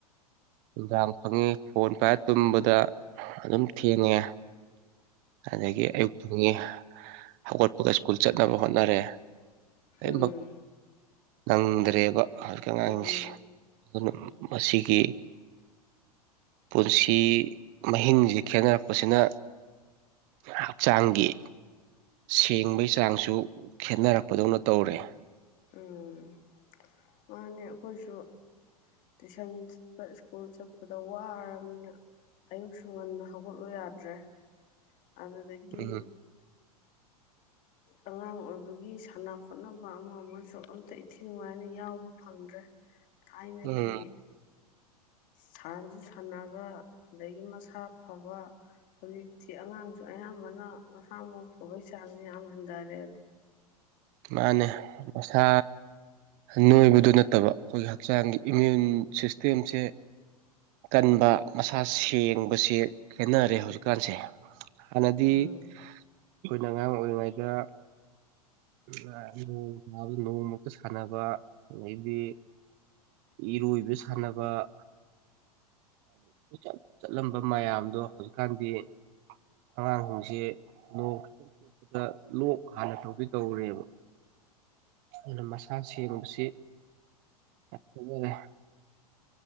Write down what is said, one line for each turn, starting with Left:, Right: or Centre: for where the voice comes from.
Right: ꯅꯨꯡꯗꯥꯡ ꯐꯪꯉꯤ ꯐꯣꯟ ꯄꯥꯏꯔ ꯇꯨꯝꯕꯗ ꯑꯗꯨꯝ ꯊꯦꯡꯉꯦ ꯑꯗꯒꯤ ꯑꯌꯨꯛꯛꯇꯨꯡꯒꯤ ꯍꯧꯒꯠꯄꯒ ꯁ꯭ꯀꯨꯜ ꯆꯠꯅꯕ ꯍꯣꯠꯅꯔꯦ ꯂꯣꯏꯅꯃꯛ
Left: ꯎꯝ
Right: ꯅꯪꯗ꯭ꯔꯦꯕ ꯍꯧꯖꯤꯛꯀꯤ ꯑꯉꯥꯡꯁꯦ
Left: ꯎꯝ
Right: ꯑꯗꯨꯅ ꯃꯁꯤꯒꯤ ꯄꯨꯟꯁꯤ ꯃꯍꯤꯡꯁꯤ ꯈꯦꯅꯔꯛꯄꯁꯤꯅ ꯍꯛꯆꯥꯡꯒꯤ ꯁꯦꯡꯕꯩ ꯆꯥꯡꯁꯨ ꯈꯦꯅꯔꯛꯄꯗꯧꯅ ꯇꯧꯔꯦ
Left: ꯎꯝ ꯃꯥꯅꯦ ꯑꯩꯈꯣꯏꯁꯨ ꯇꯨꯏꯁꯟ ꯆꯠꯄ ꯁ꯭ꯀꯨꯜ ꯆꯠꯄꯗ ꯋꯥꯔꯕꯅꯤꯅ ꯑꯌꯨꯛꯁꯨ ꯉꯟꯅ ꯍꯧꯒꯠꯂꯨ ꯌꯥꯗ꯭ꯔꯦ ꯑꯗꯨꯗꯒꯤ
Right: ꯎꯝ
Left: ꯑꯉꯥꯡ ꯑꯣꯏꯕꯒꯤ ꯁꯥꯟꯅ ꯈꯣꯠꯅꯕ ꯑꯃ ꯑꯃꯁꯨ ꯑꯝꯇ ꯏꯊꯤ ꯅꯨꯡꯉꯥꯏꯅ ꯌꯥꯎꯕ ꯐꯪꯗ꯭ꯔꯦ ꯊꯥꯏꯅꯒꯤ
Right: ꯎꯝ
Left: ꯁꯥꯟꯁꯨ ꯁꯥꯟꯅꯕ ꯑꯗꯒꯤ ꯃꯁꯥ ꯐꯕ ꯍꯧꯖꯤꯛꯇꯤ ꯑꯉꯥꯡꯁꯨ ꯑꯌꯥꯝꯕꯅ ꯃꯁꯥ ꯃꯎ ꯐꯕꯒꯤ ꯆꯥꯡꯁꯨ ꯌꯥꯝ ꯍꯟꯊꯔꯦꯕ
Right: ꯃꯥꯅꯦ ꯃꯁꯥ ꯅꯣꯏꯕꯗꯨ ꯅꯠꯇꯕ ꯑꯩꯈꯣꯏꯒꯤ ꯍꯛꯆꯥꯡꯒꯤ ꯏꯃ꯭ꯌꯨꯟ ꯁꯤꯁꯇꯦꯝꯁꯦ ꯀꯟꯕ ꯃꯁꯥ ꯁꯦꯡꯕꯁꯦ ꯈꯦꯅꯔꯦ ꯍꯧꯖꯤꯛꯀꯥꯟꯁꯦ ꯅꯗꯤ
Left: ꯎꯝ
Right: ꯑꯩꯈꯣꯏꯅ ꯑꯉꯥꯡ ꯑꯣꯏꯔꯤꯉꯩꯗ ꯅꯣꯡꯥꯕꯗ ꯅꯣꯡꯃꯛꯇ ꯁꯥꯟꯅꯕ ꯑꯗꯩꯗꯤ ꯏꯔꯣꯏꯕ ꯁꯥꯟꯅꯕꯆꯠ ꯆꯠꯂꯝꯕ ꯃꯌꯥꯝꯗꯣ ꯍꯧꯖꯤꯛꯀꯥꯟꯗꯤ ꯑꯉꯥꯡꯍꯣꯡꯁꯦ ꯅꯣꯡ ꯈꯤꯇꯪ ꯆꯣꯠꯄꯗ ꯂꯣꯛ ꯍꯥꯟꯅ ꯇꯧꯕꯤ ꯇꯧꯔꯦꯕ ꯑꯗꯨꯅ ꯃꯁꯥ ꯁꯦꯡꯕꯁꯤ ꯐꯖꯔꯦ